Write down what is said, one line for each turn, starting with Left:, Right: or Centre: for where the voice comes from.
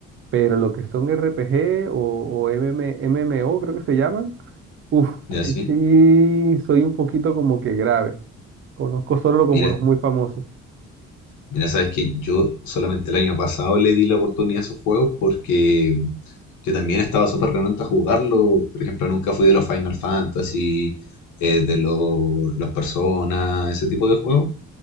Right: Pero lo que son RPG o, o m m m M o creo que se llaman, uff,
Left: ya sí.
Right: sí soy un poquito como que grave. Conozco solo como
Left: Mira,
Right: los muy famosos.
Left: Mira, sabes que yo solamente el año pasado le di la oportunidad a esos juegos porque yo también estaba súper renuente a jugarlo. Por ejemplo, nunca fui de los Final Fantasy, eh, de lo- los Persona, ese tipo de juegos.